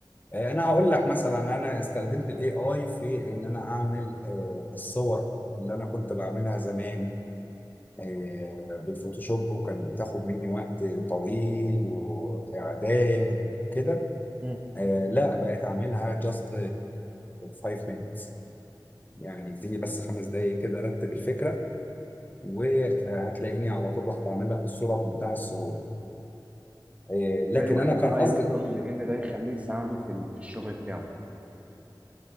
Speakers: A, on the left; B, on the right.
A: انا هقول لك مثلا انا استخدمت الاي اي في ان انا اعمل آه، الصور اللي انا كنت بعملها زمان آه، بالفوتوشوب وكانت بتاخد مني وقت طويل واعداد وكده
B: مم.
A: آه، لا بقيت اعملها جاست 5 minutes يعني اديني بس خمس دقايق كده رتب الفكره وهتلاقيني على طول بعمل لك الصوره بمنتهى السهوله آه، لكن
B: ازاي واحد
A: انا كان
B: بقى
A: قصدي
B: يوصل لان ده يخليه يساعده في ال- في الشغل بتاعه